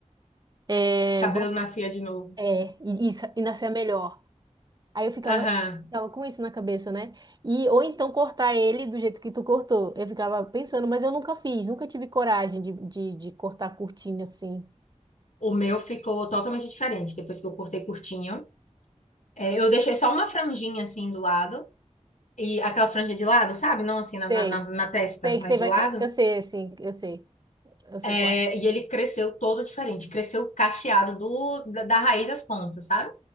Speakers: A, on the right (about 35°); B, on the left (about 80°).
A: é,
B: Cabelo
A: vão,
B: nascia de novo.
A: é, e, e, sa- e nascer melhor. Aí eu ficava,
B: Aham.
A: ficava com isso na cabeça, né? E, ou então cortar ele do jeito que tu cortou. Eu ficava pensando, mas eu nunca fiz, nunca tive coragem de, de, de cortar curtinho assim.
B: O meu ficou totalmente diferente depois que eu cortei curtinho. É, eu deixei só uma franjinha assim do lado. E aquela franja de lado, sabe? Não assim na, na,
A: Sei,
B: na na testa,
A: sei
B: mas
A: que teve,
B: de lado.
A: é, eu sei, assim, eu sei, eu sei qual
B: É,
A: é.
B: e ele cresceu todo diferente, cresceu cacheado do, da, da raiz às pontas, sabe?